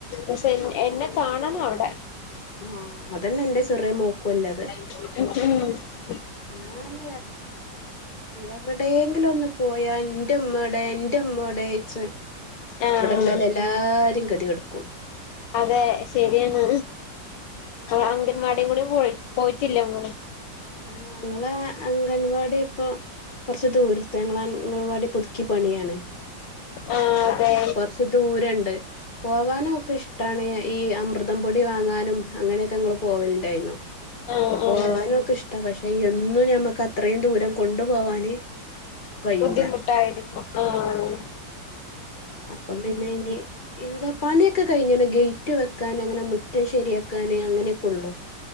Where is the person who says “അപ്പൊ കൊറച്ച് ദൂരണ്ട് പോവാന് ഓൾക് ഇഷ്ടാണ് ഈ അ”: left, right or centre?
Left